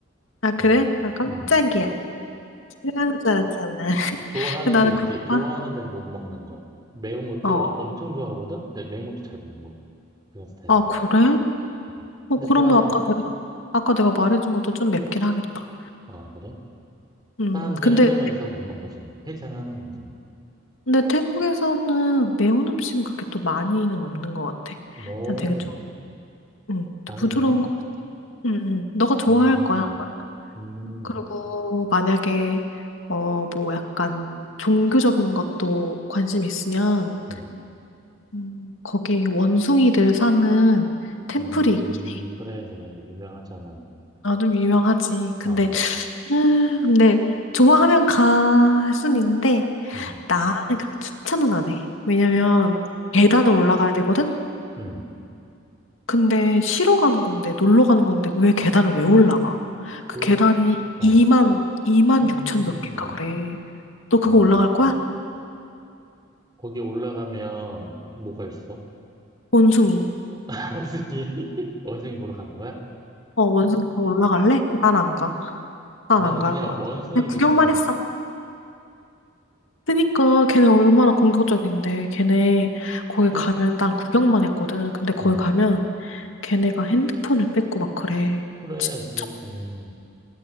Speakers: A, on the left (about 80°); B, on the right (about 20°).
A: 아, 그래?
B: 음,
A: 아, 깜짝이야.
B: 음.
A: 싫어하는 줄 알았잖아. <laughs>
B: 좋아하는
A: 근데 나는
B: 데 있지.
A: 그거가
B: 좋아하는 데 못 먹는 거. 매운 것도
A: 어,
B: 엄청 좋아하거든? 근데 매운 것도 잘 못 먹어. 그런 스타일이야.
A: 아, 그래?
B: 아,
A: 어,
B: 근데
A: 그러면
B: 좋아해.
A: 아까 내가, 아까 내가 말해준 것도 좀 맵긴 하겠다.
B: 아, 그래?
A: 음,
B: 땀 이제
A: 근데,
B: 흘리면서 먹는 거지. 뭐. 해장하는 거지.
A: 근데 태국에서는 매운 음식은 그렇게 또 많이는 없는 것 같아.
B: 뭐,
A: 그냥 되게 좀,
B: 뭐,
A: 음,
B: 다행이네.
A: 부드러운 거. 음, 음. 너가 좋아할
B: 음,
A: 거야, 아마.
B: 음,
A: 그리고 만약에 어 뭐 약간 종교적인 것도 관심 있으면
B: 음,
A: 음. 거기 원숭이들 사는 템플이
B: 음,
A: 있긴 해.
B: 그래, 그래. 유명하잖아.
A: 아, 좀 유명하지. 근데
B: 아,
A: 음, 근데 좋아하면 갈 순 있는데
B: 음,
A: 나는 그렇게 추천은 안 해. 왜냐면 계단을 올라가야 되거든.
B: 음,
A: 근데 쉬러 가는 건데 놀러 가는 건데 왜 계단을 왜 올라가? 그
B: 그,
A: 계단이
B: 어,
A: 2만 2만
B: 음,
A: 6천 몇 개인가 그래. 너 그거
B: 와,
A: 올라갈 거야?
B: 거기 올라가면 뭐가 있어?
A: 원숭이.
B: <laughs> 원숭이, <laughs> 원숭이 보러 가는 거야?
A: 어, 원숭이 그 올라갈래? 난 안 가. 난
B: 나는
A: 안 갈
B: 그냥
A: 거야.
B: 원숭이도
A: 그냥 구경만
B: 싫어.
A: 했어. 그니까 걔네 얼마나 공격적인데. 걔네 거기
B: 그렇,
A: 가면 난 구경만 했거든. 근데 거기
B: 음.
A: 가면 걔네가 핸드폰을 뺏고 막 그래.
B: 그래,
A: 진짜
B: 그렇다네.